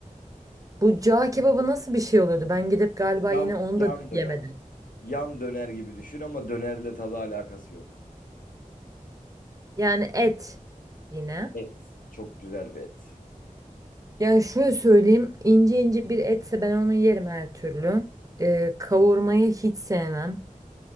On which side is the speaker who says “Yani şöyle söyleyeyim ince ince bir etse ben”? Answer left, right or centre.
Right